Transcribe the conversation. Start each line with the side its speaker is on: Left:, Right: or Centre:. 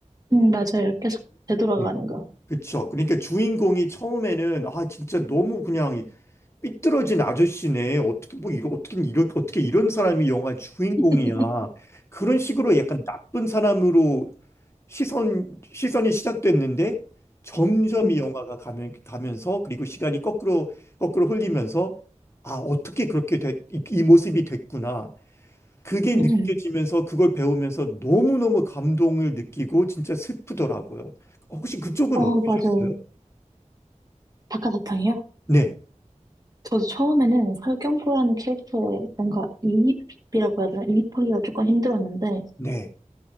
Right: 응, 맞아요. 계속 되돌아가는
Left: 네
Right: 거.
Left: 그쵸. 그러니까 주인공이 처음에는 아 진짜 너무 그냥 삐뚤어진 아저씨네. 어떻게 뭐 이러, 어떻게 이러, 어떻게 이런 사람이 영화 주인공이야.
Right: <laughs>
Left: 그런 식으로 약간 나쁜 사람으로 시선 시선이 시작됐는데 점점
Right: 응,
Left: 이 영화가 가면, 가면서 그리고 시간이 거꾸로 거꾸로 흘리면서 아 어떻게 그렇게 됐, 이, 이 모습이 됐구나. 그게 느껴지면서
Right: 응.
Left: 그걸 배우면서 너무너무 감동을 느끼고 진짜 슬프더라고요. 혹시 그쪽은
Right: 어,
Left: 어떠셨어요?
Right: 맞아요. 박하사탕이요?
Left: 네,
Right: 저도 처음에는 설경구라는 캐릭터의 뭔가 이입이라고 해야 되나? 이입하기가 조금 힘들었는데,
Left: 네,